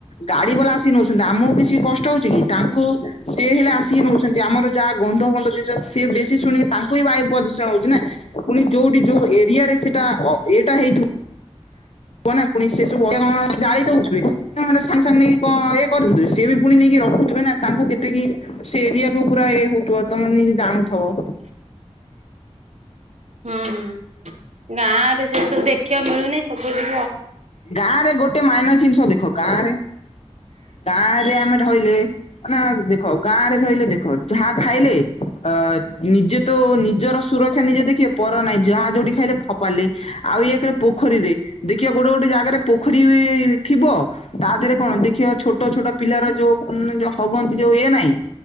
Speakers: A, on the left (about 65°); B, on the right (about 70°).
A: ଗାଡି ବାଲା ଆସି ନଉଛନ୍ତି। ଆମକୁ କିଛି କଷ୍ଟ ହଉଛି କି ତାଙ୍କୁ ସେ ହେଲେ ଆସିକି ନଉଛନ୍ତି। ଆମର ଯାହା ଗନ୍ଧ ଫନ୍ଧ ଜିନିଷ ସିଏ ବେଶୀ ଶୁଣି ତାଙ୍କୁ ହିଁ ବାୟୁ ପ୍ରଦୂଷଣ ହଉଛି ନା। ପୁଣି ଯୋଉଠି ଯୋଉ ଏରିଆରେ ସେଇଟା ଅ ଏଟା ହେଇଥିବ କୁହ ନା ପୁଣି ସେ ସବୁ ଅଳିଆ କଣ ଜାଳି ଦଉଥିବେ। ନହେଲେ ସାଙ୍ଗେ ସାଙ୍ଗେ ନେଇକି କଣ ଇଏକରିଦଉଥିବେ। ସେ ବି ପୁଣି ନେଇକି ରଖୁଥିବେ ନା ତାଙ୍କୁ କେତିକି ସେ ଏରିଆକୁ ପୁରା ଇଏ ହଉଥିବ ତମେ ନି ଜାଣୁଥିବ?
B: ହୁଁ ହୁଁ। ଗାଁ ରେ ସେ ସବୁ ଦେଖିବାକୁ ମିଳୁନି ସବୁ ଜିନିଷ
A: ଗାଁ ରେ ଗୋଟେ ମାଇନର ଜିନିଷ ଦେଖ ଗାଁ ରେ। ଗାଁ ରେ ଆମେ ରହିଲେ ମାନେ ଦେଖ ଗାଁ ରେ ରହିଲେ ଦେଖ। ଯାହା ଖାଇଲେ ଅ ନିଜେ ତୁ ନିଜର ସୁରକ୍ଷା ନିଜେ ଦେଖିବେ। ପର ନାହିଁ ଯାହା ଯୋଉଠି ଖାଇଲେ ଫପାଡିଲେ ଆଉ ଏକରେ ପୋଖରୀରେ ଦେଖିବ ଗୋଟେ ଗୋଟେ ଗୋଟେ ଜାଗାରେ ପୋଖରୀ ବି ଥିବ ତା ଦେହରେ କଣ ଦେଖିବା ଛୋଟ ଛୋଟ ପିଲାର ଯୋଉ ଯୋଉ ହଗନ୍ତି ଯୋଉ ଏ ନାଇଁ